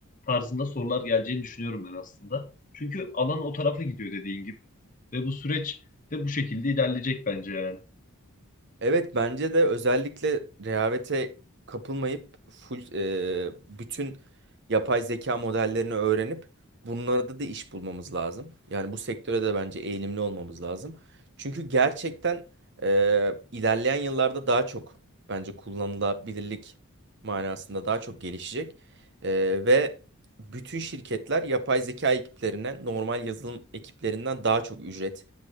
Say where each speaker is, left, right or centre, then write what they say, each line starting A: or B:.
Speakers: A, on the left; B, on the right.
A: tarzında sorular geleceğini düşünüyorum ben aslında. Çünkü alan o tarafa gidiyor dediğin gibi. Ve bu süreç de bu şekilde ilerleyecek bence yani.
B: Evet bence de özellikle rehavete kapılmayıp full e, bütün yapay zeka modellerini öğrenip bunlarda da iş bulmamız lazım. Yani bu sektöre de bence eğilimli olmamız lazım. Çünkü gerçekten e, ilerleyen yıllarda daha çok bence kullanılabilirlik manasında daha çok gelişecek. E, ve bütün şirketler yapay zeka ekiplerine normal yazılım ekiplerinden daha çok ücret